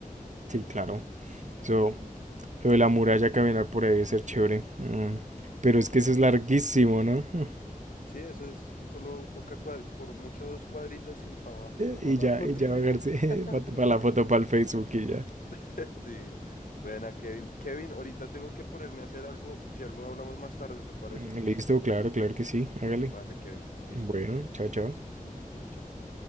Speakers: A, on the right; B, on the left.
A: Sí, claro.
B: Sí,
A: Eso,
B: mi hermano.
A: lo de la muralla, caminar por ahí debe ser chévere. Mm, Pero es
B: Bien,
A: que eso es larguísimo,
B: bueno.
A: ¿no? <laughs>
B: Sí, eso es, solo toca cua- por mucho dos cuadritas y para abajo, tomar
A: Y
B: la
A: ya,
B: <laughs> foto
A: y ya
B: y
A: bajarse
B: ya. <laughs>
A: <laughs>
B: Mentira.
A: para la foto, para el Facebook y ya.
B: <laughs> Sí. Bueno, Kevin. Kevin, ahorita tengo que ponerme a hacer algo. Si algo hablamos más tarde, ¿te parece?
A: Mm, Listo, claro, claro que sí. Hágale.
B: Vale, Kevin. Listo.
A: Bueno, chao, chao.
B: Vale, chao.